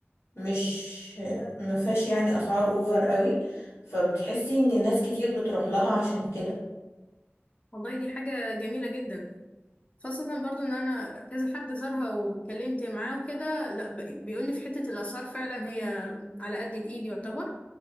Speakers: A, on the left; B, on the left.
A: مش مفيهاش يعني اسعار اوفر قوي فبتحسي ان ناس كتير بتروح لها عشان كده
B: والله دي حاجه جميله جدا خاصه برضو ان انا كذا حد زارها واتكلمت معاه وكده لا ب- بيقول لي في حته الاسعار فعلا هي على قد الايد يعتبر